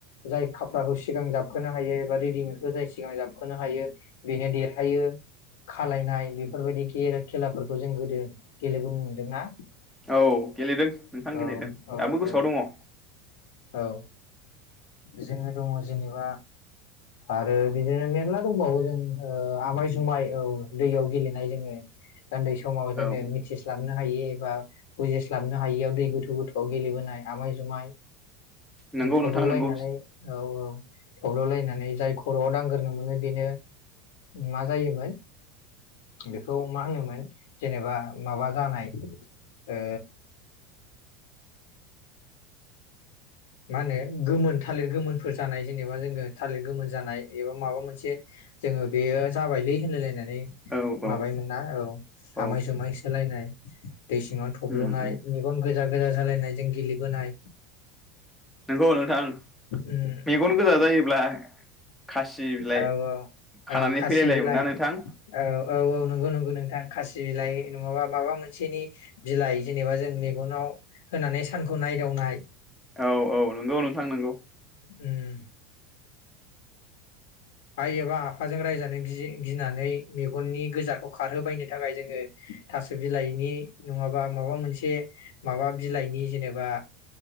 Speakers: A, on the left; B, in the centre.
A: जाय का फ्राराखौ सिगां जाबखोनो हायो एबा रेडिमेडखौ जाय सिगां जाबखोनो हायो बेनो देरहायो। खालनाय बेफोरबायदि खेलाफोरखौ जों गोदो गेलेबोनो मोनदोंना?
B: औ गेलेदों नोंथां गेलेदों
A: औ औ
B: दाबो गोसोआव
A: औ
B: दङ।
A: औ जोङो दङ जेनेबा आरो बिदिनो मेरला दंबावो जों ओ आमाय जुमाय औ दैयाव गेलेनाय जोङो। उन्दै समाव
B: दङ
A: जोङो
B: औ
A: मिथिस्लाबनो हायि एबा बुजिस्लाबनो हायियाव दै गोथौ गोथौआव गेलेबोनाय आमाय जुमाय
B: नंगौ
A: थब्ल'लायनानै
B: नोंथां नंगौ
A: औ औ थब्ल'लायनानै जाय खर'आव दांग्रो मोनो बेनो मा जायोमोन बेखौ मा होनोमोन जेनेबा माबा जानाय ओ मा होनो गोमोन थालिर गोमोनफोर जानाय जेनेबा जोङो थालिर गोमोन जानाय इआव माबा मोनसे जोङो बेयो जाबायलै होनलायलायनाय नानै
B: औ औ
A: माबायोम ना औ
B: औ
A: आमाय जुमाय होसोलायनाय। दै सिङाव थब्ल'नाय
B: उम उम
A: मेगन गो गोजा गोजा जालायनाय जों गेलेबोनाय
B: नंगौ नोंथां
A: उम
B: मेगन गोजा जायोब्ला खासि बिलाइ
A: औ
B: खानानै
A: औ औ खासि
B: फैलायलायोमोन
A: बिलाइ
B: ना नोंथां
A: औ औ औ नंगौ नंगौ नोंथां खासि बिलाइ नङाबा माबा मोन सेनि बिलाइ जेनेबा जों मेगनाव होनानै सानखौ नायदावनाय।
B: औ औ नंगौ नोंथां नोंगौ।
A: उम आइ एबा आफाजों रायजानो गि-गिनानै मेगननि गोजाखौ खारहोबायनो थाखाय जोङो थास' बिलाइनि नङाबा माबा मोनसे माबा बिलाइनि जेनेबा